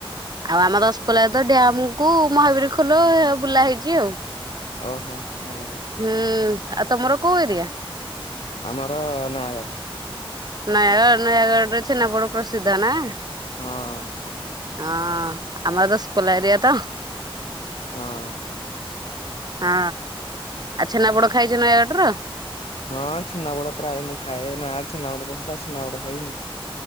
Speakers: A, on the right (about 45°); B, on the left (about 85°).
A: ଆଉ ଆମର କୋଲାଦ ଡ୍ୟାମକୁ ମହାବୀର ଖୋଲ ବୁଲା ହେଇଛି ଆଉ।
B: ଓହୋ ଭଲ ଭଲ।
A: ହୁଁ, ଆଉ ତମର କୋଉ ଏରିଆ?
B: ଆମର ନୟାଗଡ଼।
A: ନୟାଗଡ଼ ନୟାଗଡ଼ରେ ଛେନା ପୋଡ଼ ପ୍ରସିଦ୍ଧ ନା?
B: ହଁ।
A: ହଁ, ଆମର ତ ଦଶପଲା ଏରିଆ ତ।
B: ହଁ।
A: ହଁ, ଆଉ ଛେନା ପୋଡ ଖାଇଛ ନୟାଗଡର?
B: ହଁ, ଛେନାପୋଡ ପ୍ରାୟ ମୁଁ ଖାଏ। ନୟାଗଡର ଛେନାପୋଡ଼ ପ୍ରସିଦ୍ଧ ଛେନାପୋଡ ଖାଇବିନି।